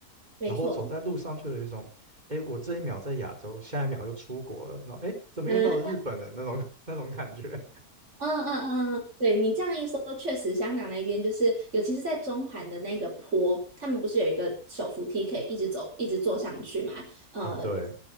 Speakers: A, on the right (about 50°); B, on the right (about 25°).
A: 没错，
B: 然后我走在路上就有一种。哎，我这一秒在亚洲，下一秒又出国了，然后哎，诶怎么又到日本的那种
A: <laughs> 嗯。
B: <laughs> 那种感觉？
A: 嗯嗯嗯嗯，对你这样一说，确实香港那边就是，尤其是在中环的那个坡，他们不是有一个手扶梯可以一直走，一直坐上去嘛？呃，
B: 哦，对，